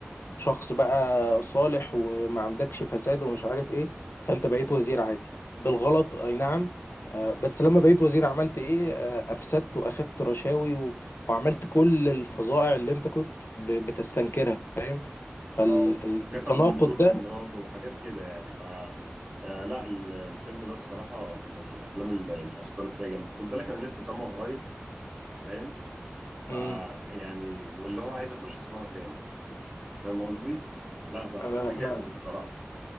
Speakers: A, on the left; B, on the right.
A: شخص بقى صالح وما عندكش فساد ومش عارف ايه فانت بقيت وزير عادي بالغلط اي نعم آه، بس لما بقيت وزير عملت ايه آه، افسدت واخدت رشاوي و... وعملت كل الفظائع اللي انت كنت ب... بتستنكرها فاهم فالتناقض
B: اه وكتب منشور في
A: ده
B: مراته وحاجات كده يعني ف آه، لا ال- الفيلم ده الصراحة من الأفلام ال- اللي أثرت فيا جامد خد بالك أنا لسه سامعه قريب فاهم فيعني
A: مم.
B: واللي هو عايز أخش أسمعه تاني فاهم قصدي؟ لا بقى
A: انا
B: فيلم جامد
A: انا
B: الصراحة